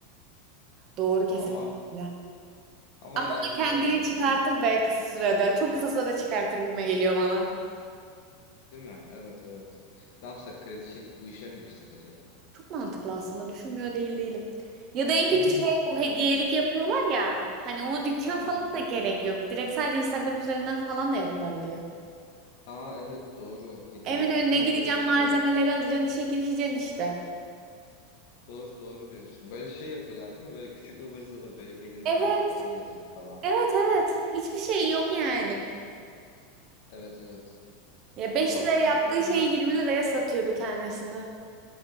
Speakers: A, on the right; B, on the left.
A: Doğru kesinlikle.
B: Ama ama
A: Ama
B: yani
A: o da kendini
B: bilemiyorum
A: çıkartır
B: hani
A: be kısa sürede. Çok kısa sürede çıkartır gibime geliyor bana.
B: değil mi? Evet evet. Ne yapsak kredi çekip bu işe mi girsek acaba?
A: Çok mantıklı aslında. Düşünmüyor değil değilim. Ya da en kötü
B: <laughs> Değil
A: şey bu hediyelik
B: mi?
A: yapıyorlar ya. Hani ona dükkan
B: Hı
A: falan
B: hı.
A: da gerek yok. Direkt sadece Instagram üzerinden falan da yapılabiliyor.
B: Aa evet doğru. Hediyelik
A: Evin önüne
B: değil
A: gideceğim,
B: mi? Böyle şey.
A: malzemeleri alacaksın, işe girişeceksin işte.
B: Doğru doğru diyorsun. Böyle şey yapıyorlar değil mi? Böyle küçük ıvır zıvır böyle gelin
A: Evet,
B: damat adı yazıyor falan.
A: evet, evet. Hiçbir şey yok yani.
B: Evet. Evet evet.
A: Ya 5
B: Vallahi
A: liraya
B: bilemiyorum
A: yaptığı şeyi
B: ya.
A: 20 liraya satıyor bir tanesini.